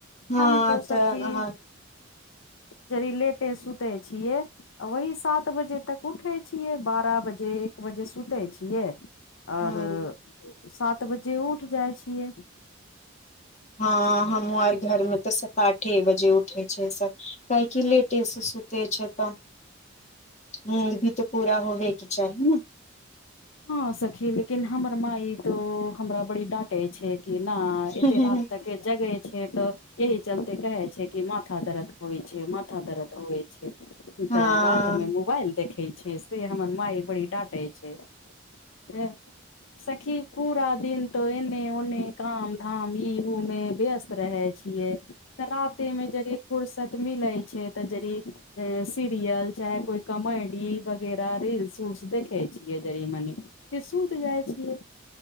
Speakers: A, on the left; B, on the left.
A: हँ
B: हम तो
A: तऽ
B: सखी
A: अहाँ
B: जरी लेटे सुूते छियै वहि सात बजे तक उठे छियै बारह बजे एक बजे सुते छियै आओर
A: हँ
B: सात बजे उठ जाइ छियै
A: हँ हमूँ आर घर में तऽ सात आठे बजे उठे छै सब किया की लेटे सऽ सुते छै तऽ नीद भी तऽ पूरा होबे की चाही ने
B: हँ सखी लेकिन हमर माइ तो हमरा बड़ी डाँटे छै कि नऽ एते
A: हँ
B: राात तक के जगे छै तऽ एहिह चलते कहे छै कि माथा दर्द होइ छै माथा दर्द छै
A: हँ
B: तऽ रात मे मोबाइल देखे छै से हमर माय बड़ी ाटे छै से सखी पूरा दिन तो एने ओने काम धाम ई उमे व्यस्त रहे छियै तऽ रातीमे जद फुर्सत मिलैत छै तऽ जरी अ सीरियल चाहे कोई कमेडी वगैरा रील्स रिल्स देखे छियै जड़ि मनी फेर सुत जाय छियै